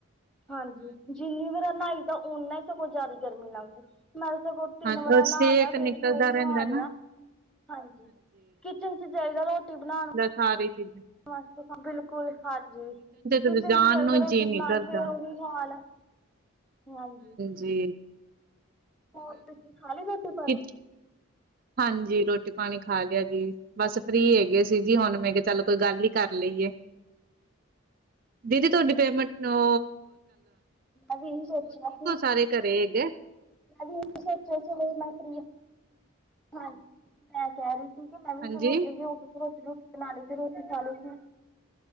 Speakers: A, in the centre; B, on the right.
A: ਹਾਂਜੀ ਜਿੰਨੀ ਵਾਰ ਨਾਈ ਤਾਂ ਓਨਾ ਈ ਸਗੋਂ ਜ਼ਿਆਦਾ ਗਰਮੀ ਲੱਗਦੀ ਮੈਂ ਸਗੋਂ ਤਿੰਨ
B: ਹਾਂ
A: ਵਰਾਂ
B: ਉਹ
A: ਨਹਾ
B: ਸੇਕ
A: ਲਿਆ ਫੇਰ
B: ਨਿਕਲਦਾ
A: ਵੀ ਉਹੀ
B: ਰਹਿੰਦਾ
A: ਹਾਲ
B: ਨਾ,
A: ਐ। ਹਾਂਜੀ, ਕਿਚਨ ਚ ਜਾਾਹੀਦਾ ਰੋਟੀ ਬਣਾਣ
B: ਸਾਰੇ ਈ ਚੀਜ਼ਾਂ
A: <unintelligible> ਬਿਲ ਸਕੂਲ ਹਾਂਜੀ,
B: ਤੇ
A: ਕਿਚਨ
B: ਜਾਣ
A: ਚ ਚਾਹੀਦਾ
B: ਨੂੰ
A: ਰੋਟੀ
B: ਜੀਅ ਨੀ
A: ਬਣਾਣ
B: ਕਰਦਾ,
A: ਫੇਰ ਉਹੀ ਹਾਲ ਹਾਂਜੀ।
B: ਜੀ।
A: ਹੋਰ ਤੁਸੀਂ ਖਾਲੀ ਰੋਟੀ-ਪਾਣੀ?
B: ਕਿ ਹਾਂਜੀ ਰੋਟੀ-ਪਾਣੀ ਖਾ ਲਿਆ ਜੀ। ਬਸ ਫ੍ਰੀ ਹੈਗੇ ਸੀ ਜੀ ਹੁਣ ਮੈਂ ਕਿਹਾ ਚੱਲ ਕੋਈ ਗੱਲ ਈ ਕਰ ਲਈਏ।
A: <inaudible>
B: ਦੀਦੀ ਤੁਹਾਡੀ ਪੇਮੈਂਟ ਨੂੰ
A: ਅਸੀ ਵੀ ਸੋਚਿਆ ਸੀ,
B: ਸਾਰੇ ਘਰੇ ਹੈਗੇ?
A: ਮੈਂ ਵੀ <inaudible> ਹਾਂਜੀ ਮੈਂ ਕਹਿ ਰੀ ਸੀ ਕਿ ਮੈਂ ਵੀ
B: ਹਾਂਜੀ।
A: ਤੁਹਾਨੂੰ ਫ੍ਰੀ ਹੋਗੀ ਰੋਟੀ ਰਾਟੀ ਬਣਾ ਲਈ ਸੀ ਰੋਟੀ ਖਾ ਲਈ ਸੀ,